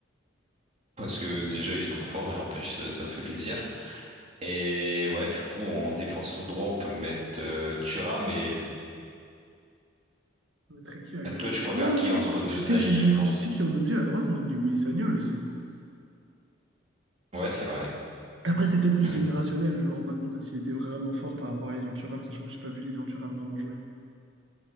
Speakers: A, on the right; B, on the right.
A: parce que déjà il est trop fort et en plus euh, ça me fait plaisir. Et ouais, du coup en défenseur droit on peut mettre euh, Thuram mais
B: On mettrait qui à gauche?
A: toi tu préfères
B: Oh!
A: qui entre Desailly
B: Tu sais qui joue,
A: et Blanc?
B: tu sais qui on oublie à droite, on oublie Willy Sagnol aussi.
A: Ouais, c'est vrai.
B: Après, c'est peut-être plus
A: Mhm.
B: générationnel, je me rends pas compte de s'il était vraiment fort par rapport à Lilian Thuram, sachant que j'ai pas vu Lilian Thuram vraiment jouer. <clears throat>